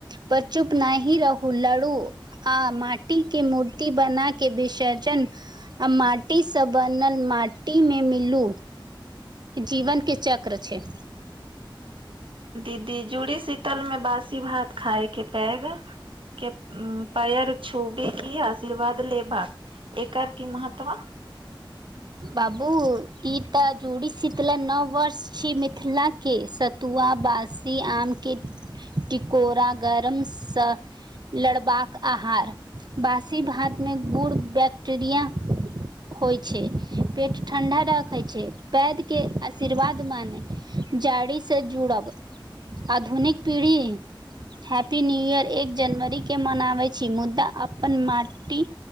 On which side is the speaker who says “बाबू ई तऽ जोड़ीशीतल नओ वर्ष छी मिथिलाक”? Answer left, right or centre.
Right